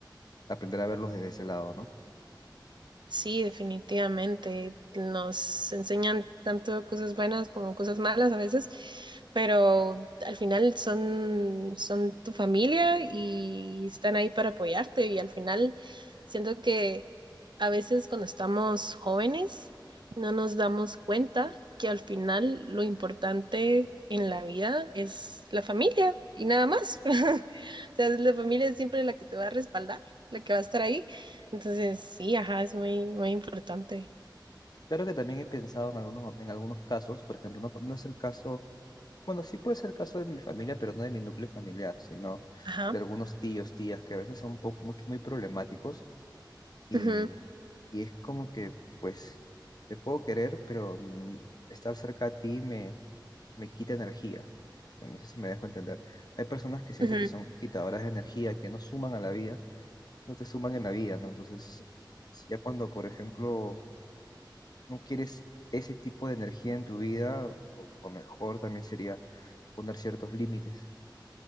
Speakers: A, on the left (about 55°); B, on the right (about 70°).
A: aprender a verlos desde ese lado, ¿no?
B: Sí, definitivamente. Nos enseñan tanto cosas buenas como cosas malas a veces, pero al final son, son tu familia y están ahí para apoyarte. Y al final siento que a veces cuando estamos jóvenes no nos damos cuenta que al final lo importante en la vida es la familia y nada más. <laughs> O sea, la familia es siempre la que te va a respaldar, la que va a estar ahí. Entonces, sí, ajá, es muy, muy importante.
A: Claro que también he pensado en algunos, en algunos casos, por ejemplo, no, no es el caso, bueno, sí puede ser el caso de mi familia, pero no de mi núcleo familiar, sino
B: Ajá.
A: de algunos tíos, tías, que a veces son un poco, muy, muy problemáticos y,
B: Ujú,
A: y es como que, pues, te puedo querer, pero mm, estar cerca a ti me, me quita energía. No no sé si me dejo entender. Hay personas que siento
B: ujú.
A: que son quitadoras de energía, que no suman a la vida, no te suman en la vida, ¿no? Entonces, ya cuando, por ejemplo no quieres ese tipo de energía en tu vida, o, o mejor también sería poner ciertos límites,